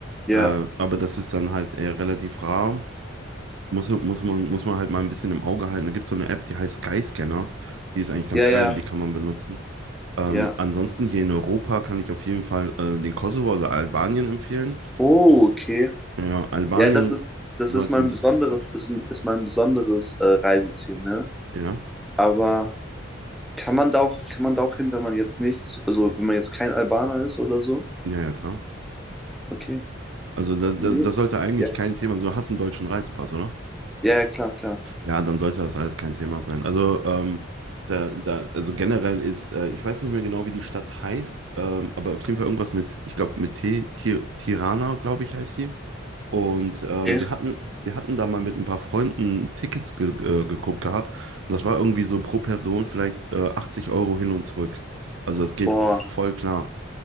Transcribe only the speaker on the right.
äh, aber das ist dann halt eher relativ rar. Muss, muss man, muss man halt mal ein bisschen im Auge halten. Da gibt es so eine App, die heißt Skyscanner. Die ist eigentlich ganz
geil,
die kann man benutzen. Ähm,
ansonsten hier in Europa kann ich auf jeden Fall äh, den Kosovo, also Albanien empfehlen.
Ja, Albanien
sollte
nicht.
Ja,
ja, ja, klar.
Also das,
das, das sollte eigentlich
kein Thema. Du hast einen deutschen Reisepass, oder?
Ja, dann sollte das alles kein Thema sein. Also, ähm, da, da, also generell ist, äh, ich weiß nicht mehr genau, wie die Stadt heißt, ähm, aber auf jeden Fall irgendwas mit, ich glaube, mit T, Tir, Tirana, glaube ich, heißt die. Und ähm,
wir hatten, wir hatten da mal mit ein paar Freunden Tickets ge äh, geguckt gehabt. Und das war irgendwie so pro Person vielleicht äh, 80 Euro hin und zurück. Also das geht
voll klar.